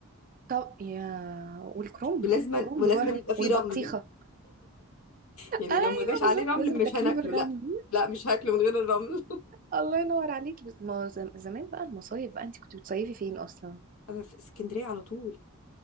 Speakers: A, on the right; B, on the left.
A: طب يا والكرنب
B: ولازما
A: الكرنب
B: ولازما
A: بره
B: يبقى فيه
A: والبطيخه
B: رمل يعني
A: ايوه
B: لو ما جاش عليه
A: بالظبط
B: رمل
A: لازم
B: مش
A: تاكليه
B: هناكله
A: بالرمل
B: لا لا مش هاكله من غير الرمل
A: الله ينور عليكي بس ما زم- زمان بقى المصايف بقى انت كنت بتصيفي فين اصلا
B: <laughs> في اسكندرية على طول